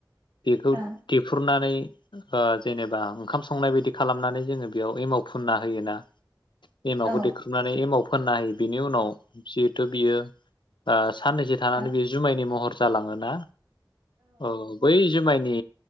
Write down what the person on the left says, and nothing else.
बेखौ
देफ्रुनानै <unintelligible> ओ जेनेबा ओंखाम संनाय बायदि खालामनानै जोङो बेयाव एमाव फुनना होयोना एमावखौ
देख्रुमनानै एमाव फोनना हायो बिनि उनाव जिहेथु बियो ओ साननैसो थानानै
बेयो जुमायनि महर जालाङोना। औ बै जुमायनि